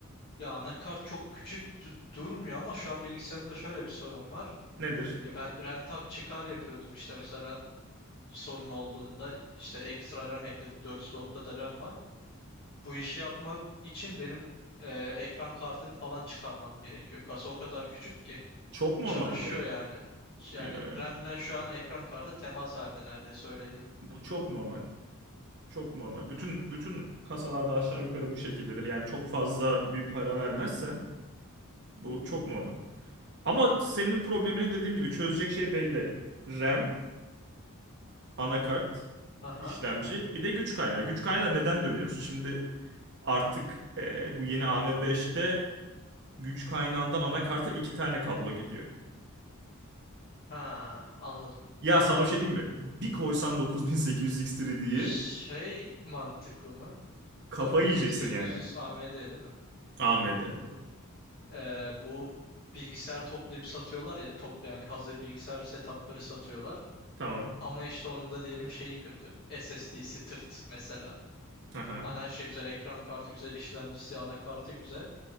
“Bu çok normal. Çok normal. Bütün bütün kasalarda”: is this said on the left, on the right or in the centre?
Right